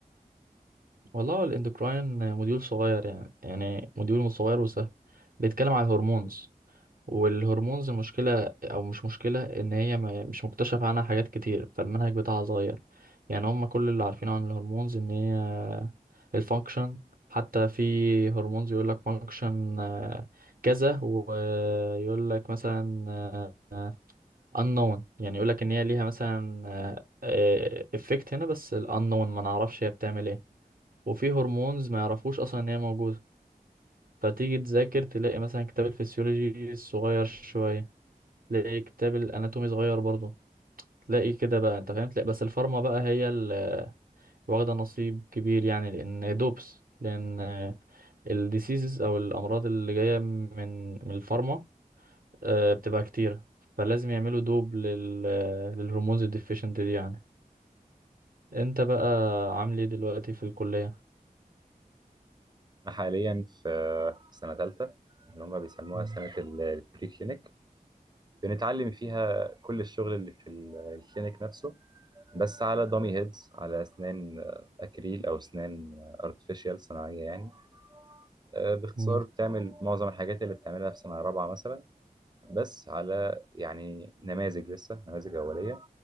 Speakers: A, on the right; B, on the right.
A: والله هو الاندوكراين موديول صغير يعني يعني موديول صغير وسهل بيتكلم على الهرمونز والهرمونز مشكلة أو مش مشكلة إن هي ما- مش مكتشف عنها حاجات كتير فالمنهج بتاعها صغير يعني هم كل اللي عارفينه عن الهرمونز إن هي الفانكشن حتى في هرمونز يقول لك فانكشن كذا ويقول لك مثلا آه، unknown يعني يقول لك إن هي ليها مثلا افكت هنا بس ال unknown ما نعرفش هي بتعمل ايه وفي هرمونز ما يعرفوش أصلا إن هي موجودة فتيجي تذاكر تلاقي مثلا كتاب الفسيولوجي صغير شوية تلاقي كتاب الاناتومي صغير برضه تلاقي كده بقى انت فاهم تلاقي بس الفارما بقى هي اللي واخده نصيب كبير يعني لان دوبس لان الديسيزز او الامراض اللي جايه من من الفارما آه، بتبقى كتيره فلازم يعملوا دوب لل للهرمونز الديفيشنت دي يعني انت بقى عامل ايه دلوقتي في الكليه
B: انا حاليا في سنة ثالثة اللي هم بيسموها
A: مم.
B: سنة البري كلينيك بنتعلم فيها كل الشغل اللي في ال- الكلينيك نفسه بس على دامي هيدز على اسنان اكريل او اسنان ارتفيشال صناعية يعني آه، باختصار
A: مم.
B: بتعمل معظم الحاجات اللي بتعملها في سنة رابعة مثلا بس على يعني نماذج لسه نماذج أولية